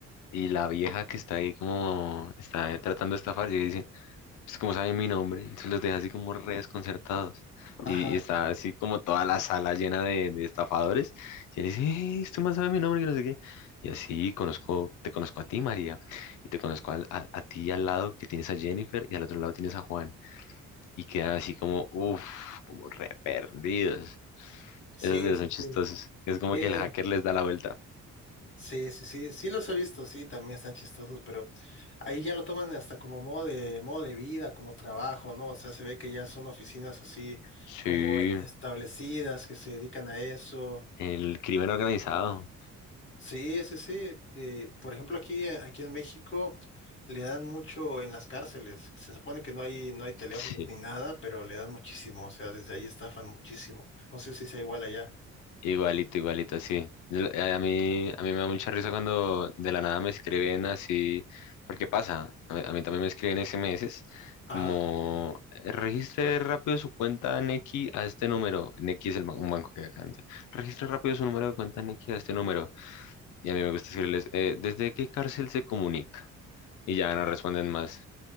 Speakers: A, on the left; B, on the left.
A: Y la vieja que está ahí como, está tratando de estafar, llega y dice, pues como sabe mi nombre, se los deja así como re desconcertados.
B: Ajá.
A: Y, y está así como toda la sala llena de, de estafadores. Y él dice, "Eh, este man sabe mi nombre, que no sé qué. Y así conozco, te conozco a ti, María, y te conozco al- a, a ti al lado que tienes a Jennifer y al otro lado tienes a Juan. Y quedan así como, uff, como re perdidos.
B: Sí,
A: Esos videos
B: sí,
A: son chistosos.
B: sí.
A: Es como
B: Sí,
A: que el hacker les da la vuelta.
B: Sí, sí, sí, sí los he visto, sí, también están chistosos, pero ahí ya lo toman hasta como modo de, modo de vida, como trabajo, ¿no? O sea, se ve que ya son oficinas así
A: Sí,
B: como establecidas que se dedican a eso.
A: el crimen organizado.
B: Sí, sí, sí. eh, por ejemplo, aquí, aquí en México le dan mucho en las cárceles. Se supone que no hay, no hay teléfonos
A: <laughs>
B: ni nada, pero le dan muchísimo. O sea, desde ahí estafan muchísimo. No sé si sea igual allá.
A: Igualito, igualito, así. L- A mí, a mí me da mucha risa cuando de la nada me escriben así, porque pasa, a a mí también me escriben SMS,
B: Ajá.
A: como eh, registre rápido su cuenta Nequi a este número. Nequi es el ban- un banco que hay acá. entonces, Registre rápido su número de cuenta Nequi a este número. Y a mí me gusta escribirles, "Eh, ¿desde qué cárcel se comunica? Y ya no responden más,